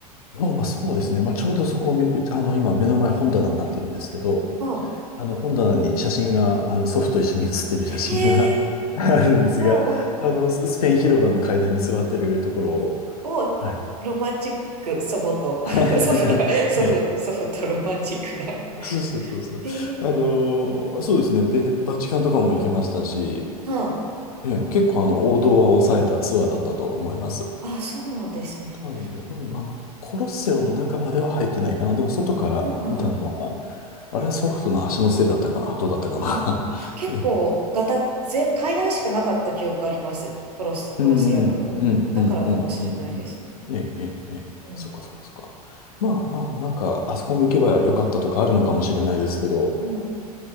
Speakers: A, on the left; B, on the right.
A: ローマ、そうですね。まあ、ちょうどそこ、めあの、今、目の前本棚になってるんですけど、
B: うん。
A: あの本棚に写真が、あの祖父と一緒に写ってる写真が
B: へえ、
A: <laughs> あるんですが、
B: おうおう、
A: あのススペイン広場の階段に座ってるところを、
B: おう、
A: はい。
B: ロマンチック、祖母と、
A: <laughs>
B: <laughs> 祖父だ、祖父、
A: ね
B: 祖父とロマンチックな。
A: え、そうそうそうそう。
B: へえ、
A: あのそうですね、ベバチカンとかも行けましたし、
B: うん。
A: ええ、結構あの王道は抑えたツアーだったと思います。
B: あ、そうなんですね。
A: なので、うん、あの、コロッセオの中までは入ってないかな。でも外から見たのは、
B: うんうん。
A: あれは祖父の足のせいだったかな。どうだったか
B: うんうん。結構、
A: な。<laughs>
B: ガタ、ぜ、階段しかなかった記憶あります。コロス、
A: うん、
B: コロシアム。
A: うん、
B: うん。
A: うん、
B: だからかもしれないですね。
A: うん、うん、うん。うんええ、ええ、ええ。
B: うん。
A: そっかそっかそっか。まあまあ、なんか、あそこも行けばよかったとかあるのかもしれないですけど、
B: うん。